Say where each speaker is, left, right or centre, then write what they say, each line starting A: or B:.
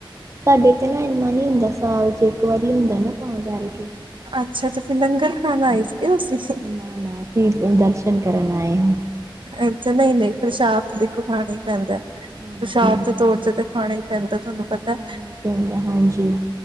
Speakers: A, on the right; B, on the right.
A: ਸਾਡੇ ਤੇ ਨਾ ਇੰਨਾ ਨੀ ਹੁੰਦਾ ਸਾਲ ਚ ਇੱਕ ਵਾਰੀ ਹੁੰਦਾ ਨਾ ਤਾਂ ਕਰਕੇ
B: ਅੱਛਾ- ਅੱਛਾ ਫਿਰ ਲੰਗਰ ਖਾਣਾ ਆਏ ਸੀਗੇ ਤੁਸੀਂ
A: ਨਾ-ਨਾ ਅਸੀਂ ਦਰਸ਼ਨ ਕਰਨ ਆਏ ਹਾਂ।
B: ਅੱਛਾ ਨਹੀਂ-ਨਹੀਂ ਪ੍ਰਸ਼ਾਦ ਤੇ ਦੇਖੋ ਖਾਣਾ ਹੀ ਪੈਂਦਾ
A: ਹਾਂਜੀ
B: ਪ੍ਰਸ਼ਾਦ ਦੇ ਤੌਰ ਤੇ ਤਾਂ ਖਾਣਾ ਹੀ ਪੈਂਦਾ ਤੁਹਾਨੂੰ ਪਤਾ।
A: ਖਾਣਾ ਹੀ ਪੈਂਦਾ ਹਾਂਜੀ